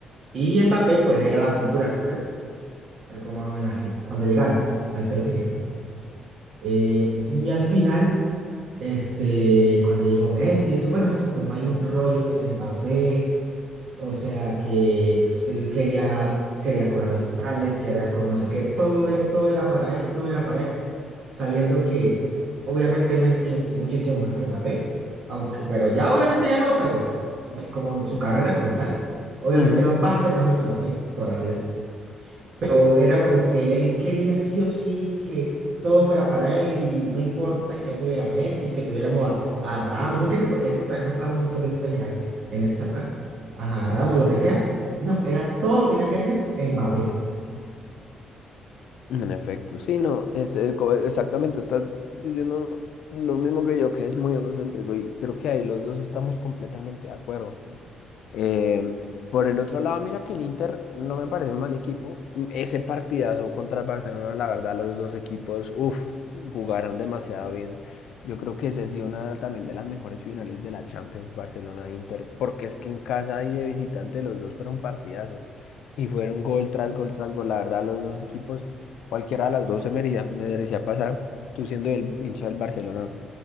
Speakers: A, on the right; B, on the left.
A: Y Mbappé, pues, era la futura estrella Algo más o menos así. Cuando llegara
B: Ujú.
A: al PSG. Eh, y al final, este, cuando llegó Messi, eso, bueno, se formó ahí un rollo con Mbappé. O sea que s- él quería, quería cobrar los tales, quería con no sé qué. Todo, e- todo era para él, todo era para él. Sabiendo que obviamente Messi es muchísimo mejor que Mbappé. Aunque, pero ya obviamente ya no, pero eh, como su carrera como tal, obviamente
B: Ujú,
A: va, va a ser mejor que Mbappé toda la vida. Pero era como que él quería sí o sí que todo fuera para él y no importa que tuviera Messi, que tuviéramos a, a Ramos, yo qué sé, porque eso trajeron fue a un montón de estrellas ahí en esa época, a Ramos, lo que sea. No, era todo tenía que ser Mbappé.
B: En efecto, sí, no, es, eh, co- exactamente, estás diciendo lo mismo que yo, que es muy egocéntrico y creo que ahí los dos estamos completamente de acuerdo. Eh, por el otro lado, mira que el Inter no me parece un mal equipo. Mm, Ese partidazo contra el Barcelona, la verdad, los dos equipos, uff, jugaron demasiado bien. Yo creo que esa ha sido una también de las mejores finales de la Champions, Barcelona-Inter, porque es que en casa y de visitante los dos fueron partidazos y fueron gol tras gol tras gol. La verdad, los dos equipos, cualquiera de las dos se merecía, merecía pasar. Tú siendo el hincha del Barcelona.